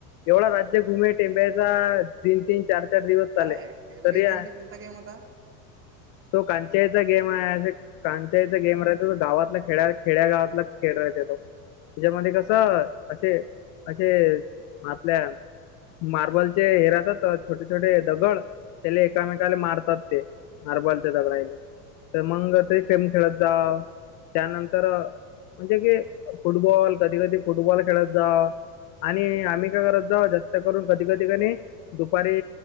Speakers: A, on the left (about 45°); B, on the right (about 30°).
A: एवढं राज्य घुमे टेंब्याचा तीन तीन चार चार दिवस
B: काय
A: चाले
B: टेंबे
A: तरी
B: म्हणजे कोणता गेम होता?
A: तो कांचाईचा गेम आहे असं कांचाईचा गेम राहतो तो गावातला खेड्या खेड्या गावातला खेळ राहते तो त्याच्यामध्ये कसं
B: अरे वा!
A: असे असे आपल्या मार्बलचे हे राहतात. च छोटे छोटे दगड त्याले एकामेकाला
B: हं.
A: मारतात ते मार्बलच्या दगडायले. तर मंग रात्री तेम खेळत जा त्यानंतर म्हणजे की फुटबॉल, कधी कधी फुटबॉल खेळत जा. आणि आम्ही काय करत जाऊ जास्त करून कधी कधी कणी दुपारी